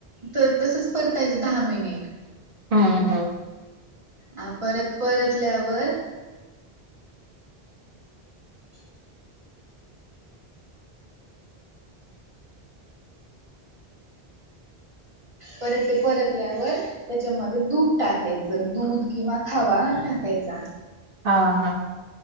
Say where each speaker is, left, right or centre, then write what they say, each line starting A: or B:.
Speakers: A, on the right; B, on the right.
A: तर तसच परतायचं दहा मिनिट
B: हम् हम् <unintelligible>
A: हा परत परतल्यावर <inaudible> परत ते परतल्यावर त्याच्यामध्ये दूध टाकायचं दूध किंवा खावा टाकायचा
B: हा हा